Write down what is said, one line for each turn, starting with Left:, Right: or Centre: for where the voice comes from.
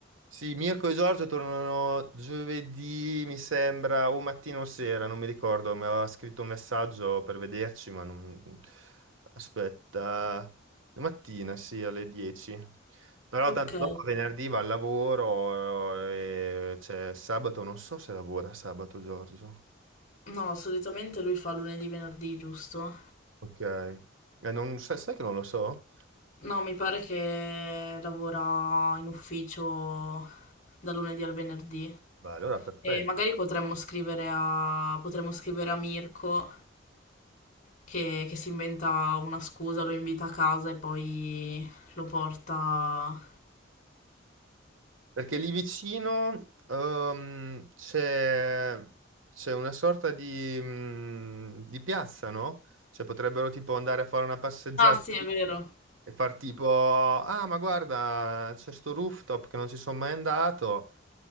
Right: Sì, Mirko e Giorgio tornano giovedì, mi sembra, o mattina o sera, non mi ricordo, mi aveva scritto un messaggio per vederci, ma non... Aspetta, mattina, sì, alle 10. Però
Left: Ok.
Right: tanto dopo venerdì va al lavoro, eh, e c'è sabato, non so se lavora sabato Giorgio.
Left: No, solitamente lui fa lunedì, venerdì, giusto?
Right: Ok. Eh, non- sai sai che non lo so?
Left: No, mi pare che lavora in ufficio da lunedì al venerdì.
Right: Beh, allora perfetto.
Left: E magari potremmo scrivere a, potremmo scrivere a Mirko che, che si inventa una scusa, lo invita a casa e poi lo porta...
Right: Perché lì vicino ehm, c'è c'è una sorta di, mm, di piazza, no? Cioè potrebbero tipo andare a fare una passeggiata
Left: Ah sì, è vero.
Right: e far tipo, ah ma guarda, c'è sto rooftop che non ci sono mai andato